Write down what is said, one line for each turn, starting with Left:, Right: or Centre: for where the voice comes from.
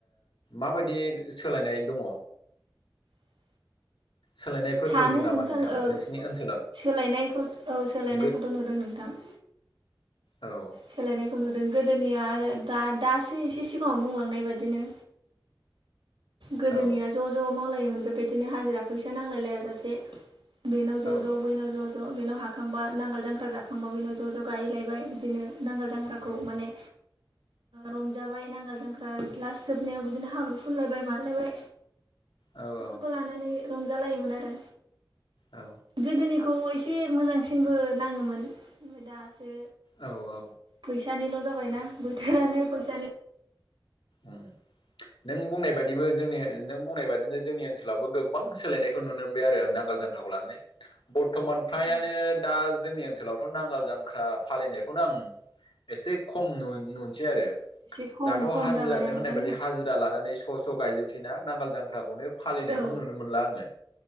Left: माबायदि सोलायनाय दङ।
Right: <inaudible>
Left: सोलायनायफोर
Right: सानो
Left: नुदों नामा
Right: नोंथां
Left: नोंथाङा नोंसिनि ओनसोलाव।
Right: सोलायनायखौ औ सोलायनायखौथ'
Left: गो
Right: नुदों नोंथां।
Left: औ
Right: सोलायनायखौ नुदों गोदोनिया आरो दा दासो एसे सिगाङाव बुंलांनाय बादिनो। गोदोनिया
Left: औ
Right: ज' ज' मावलायोमोन बेबायदिनो हाजिरा फैसा नांलाय लायाजासे। बेनाव ज'
Left: औ
Right: ज' बैनाव ज' ज'। बेनाव हाखांबा नांगाल जांख्रा जाखांबा बेनाव ज' ज' गायैलायबाय बिदिनो नांगोल जांख्राखौ
Left: औ
Right: माने। रंजाबाय नांगोल जांख्रा लास जोबनायाव बिदिनो हाब्रु फुनलाय बाय मालायबाय
Left: औ
Right: बेफोरखौ लानानै रंजालायोमोन आरो।
Left: औ
Right: गोदोनिखौ एसे मोजांसिनबो नाङोमोन ओमफ्राय दासो।
Left: औ औ
Right: फैसानिल' जाबायना बोथोरानो फैसानि।
Left: ओ नों बुंनाय बादिबो जोंनि नों बुंनाय बादिनो जोंनि ओनसोलावबो गोबां सोलायनायखौ नुनो मोनबाय आरो आं दा। नांगाल जांख्राखौ लानानै बर्थमान फ्रायानो
Right: औ
Left: दा जोंनि ओनसोलावथ' नांगाल जांख्रा फालिनायखौ। खौनो आं एसे खम नु-नुनसै आरो। दाथ'
Right: एसे खम खम
Left: हाजिरा
Right: जाबायना
Left: नो
Right: नोंथां
Left: होननाय बायदि हाजिरा लानानै। स' ज' गायजोबसै ना नांगाल जांख्राखौनो फालिनायखौनो
Right: औ
Left: नुनो मोनला आङो